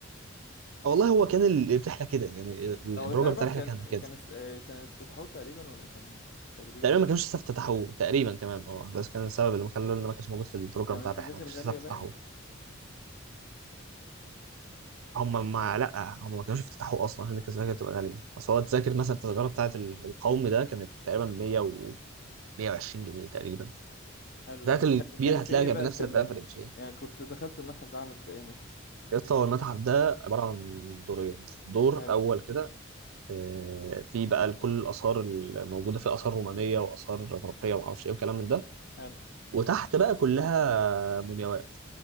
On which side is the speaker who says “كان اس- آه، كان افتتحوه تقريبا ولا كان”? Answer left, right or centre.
Left